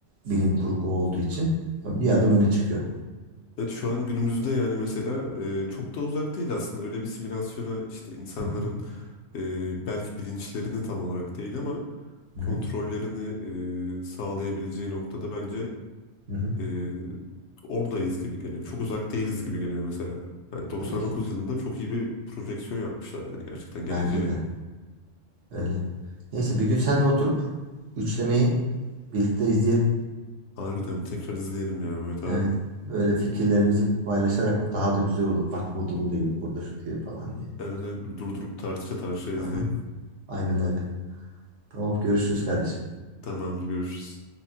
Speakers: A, on the right (about 70°); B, on the left (about 65°).
A: bilim kurgu olduğu için bir adım öne çıkıyor.
B: Evet şu an günümüzde yani mesela e, çok da uzak değil aslında öyle bir simülasyona işte insanların
A: Hı hı,
B: e, belki bilinçlerini tam olarak değil ama
A: hı
B: kontrollerini
A: hı,
B: e, sağlayabileceği noktada bence
A: hı hı.
B: e, oradayız gibi geliyor. Çok uzak değiliz gibi geliyor mesela. Yani 99
A: Tabii ki.
B: yılında çok iyi bir projeksiyon yapmışlar yani gerçekten
A: Bence
B: geleceğe.
A: de öyle. Neyse bir gün seninle oturup üçlemeyi birlikte izleyelim.
B: Harbiden bir tekrar izleyelim ya Mehmet
A: Evet.
B: abi.
A: Böyle fikirlerimizi paylaşarak daha da güzel olur. Bak burada bunu diyor, burada şu diyor falan diye.
B: Evet, evet, durdurup tartışa tartışa izleyelim.
A: Aha, aynen öyle. Tamam görüşürüz kardeşim.
B: Tamamdır görüşürüz.